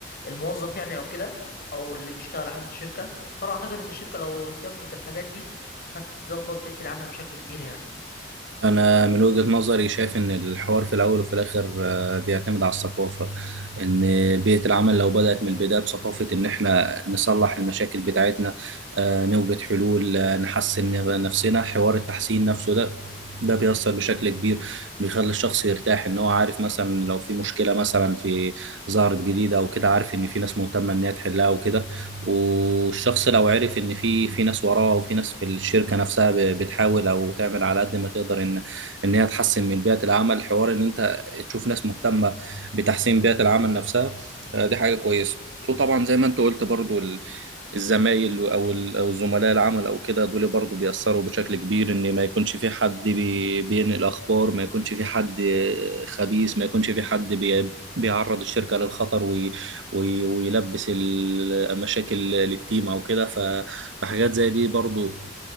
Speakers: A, on the left; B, on the right.
A: الموظف يعني أو كده أو اللي بيشتغل عند الشركة فأنا أعتقد إن الشركة لو اهتمت بالحاجات دي هتظبط بيئة العمل بشكل كبير يعني
B: أنا من وجهة نظري شايف إن الحوار في الأول وفي الآخر آه، بيعتمد على الثقافة إن بيئة العمل لو بدأت من البداية بثقافة إن إحنا نصلح المشاكل بتاعتنا آه، نوجد حلول آه، نحسن نفسنا حوار التحسين نفسه ده ده بيأثر بشكل كبير بيخلي الشخص يرتاح إن هو عارف مثلا لو في مشكلة مثلا في ظهرت جديدة أو كده عارف إن في ناس مهتمة إن هي تحلها وكده والشخص لو عرف ان في في ناس وراه وفي ناس في الشركه نفسها ب- بتحاول او تعمل على قد ما تقدر ان ان هي تحسن من بيئه العمل الحوار ان انت تشوف ناس مهتمه بتحسين بيئه العمل نفسها آه، دي حاجه كويسه وطبعا زي ما انت قلت برضو ال- الزمايل او ال- او زملاء العمل او كده دول برضو بيأثروا بشكل كبير ان ما يكونش في حد بي- بينقل اخبار ما يكونش في حد خبيث ما يكونش في حد بي- بيعرض الشركة للخطر وي- ويلبس المشاكل للتيم او كده ف- فحاجات زي دي برضو